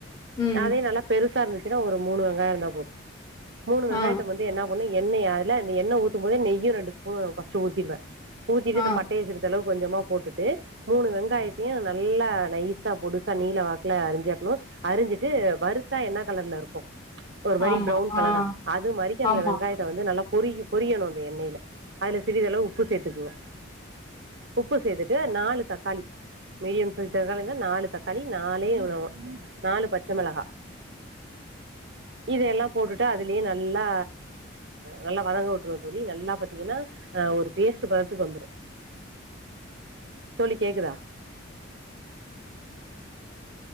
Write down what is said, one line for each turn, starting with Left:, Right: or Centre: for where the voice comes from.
Left: ம்
Right: அதே நல்லா பெருசா இருந்து க்குற ஒரு மூணு வெங்காயோ இருந்தா போது மூணு வெங்காயத்த
Left: ஆ
Right: மந்து என்னம் ஒன்னு எண்ணெயார்ல இந்த எண்ண ஊத்தும்போது நெய்யு ரெண்டு ஸ்பூ பா சு ஊத்திர்வ ஊத்திட்டு
Left: ஆ
Right: இந்த பட்டய சிறிதளவ் கொஞ்சமா போட்டுட்டு மூணு வெங்காயத்தியு நல்லா நைசா பொடுசா நீள வாக்குல அரிஞ்சுவெட்ணு அரிஞ்சிட்டு வருத்தா என்ன கலர்ல இருக்கு ஒரு மாரி
Left: ஆமா
Right: ப்ரவுன் கலரா
Left: ஆ
Right: அது மாரிக்கு அந்த
Left: ஆமா
Right: வெங்காயத்த வந்து நல்லா பொரிகு பொரியணு அந்த எண்ணேல அதுல சிறிதளவு உப்பு சேத்துகுங்க உப்பு சேத்துட்டு நாலு தக்காளி மீடியம் சைஸ் அளவிர்ந்தா நாலு தக்காளி நாலே இவுளவோ நாலு பச்ச மெளகா இதுஎல்லாம் போட்டுட்டு அதுலே நல்லா நல்லா வதங்க உட்ருவ தோழி நல்லா பாத்தீங்கனா ஆஹ் ஒரு பேஸ்ட் பதத்துக் வந்துரு தோழி கேக்குதா